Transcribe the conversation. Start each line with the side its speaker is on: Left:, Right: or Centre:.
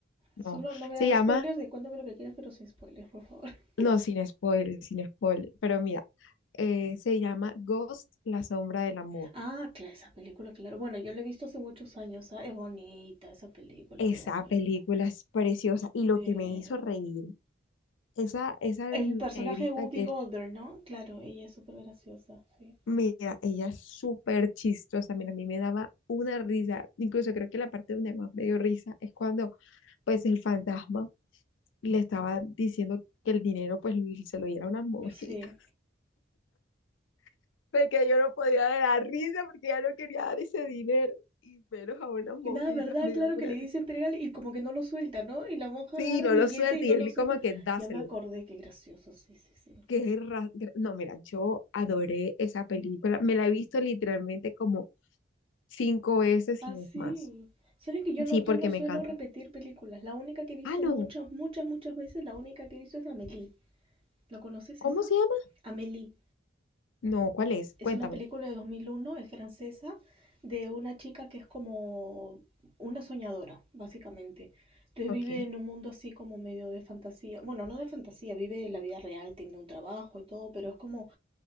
Left: no,
Right: Solo no me
Left: se
Right: hagas
Left: llama,
Right: spoilers y cuéntame lo que quieras, pero sin spoilers, por favor. <laughs>
Left: no, sin spoiler, sin spoiler, pero mira, eh, se llama Ghost, la sombra del amor.
Right: Ah, claro, esa película, claro. Bueno, yo la he visto hace muchos años. ah, Es bonita esa película,
Left: Esa
Right: qué bonita.
Left: película es preciosa y lo
Right: Sí.
Left: que me hizo reír, esa, esa
Right: El personaje
Left: negrita
Right: de Whoopi
Left: que
Right: Goldberg,
Left: es,
Right: ¿no? Claro, ella es súper graciosa, sí.
Left: mira, ella es súper chistosa, mira, a mí me daba una risa, incluso creo que la parte donde más me dio risa es cuando pues el fantasma le estaba diciendo que el dinero pues l- se lo diera a unas monjitas,
Right: Sí.
Left: <laughs> porque yo no podía dar la risa porque ya no quería dar ese dinero, y menos a unas monjitas,
Right: Y nada, ¿verdad?
Left: me
Right: Claro
Left: dio una
Right: que le dice
Left: risa.
Right: entregar y como que no lo suelta, ¿no? Y la monja agarra
Left: Sí, no
Right: el billete
Left: lo suelta,
Right: y no
Left: y él
Right: lo suelta.
Left: como que dáselo.
Right: Ya me acordé, qué gracioso, sí, sí, sí.
Left: qué Que no, mira, yo adoré esa película, me la he visto literalmente como cinco veces
Right: Ah,
Left: y no
Right: sí.
Left: es más.
Right: Sabes que yo no,
Left: Sí,
Right: yo
Left: porque
Right: no
Left: me
Right: suelo
Left: encanta.
Right: repetir películas. La única que he visto
Left: Ah, no,
Right: muchas, muchas, muchas veces, la única que he visto es Amélie. ¿La conoces
Left: ¿cómo
Right: esa?
Left: se llama?
Right: Amélie.
Left: No, ¿cuál es?
Right: Es
Left: Cuéntame.
Right: una película de 2001 es francesa, de una chica que es como una soñadora, básicamente. Entonces
Left: Ok.
Right: vive en un mundo así como medio de fantasía. Bueno, no de fantasía, vive la vida real, tiene un trabajo y todo, pero es como...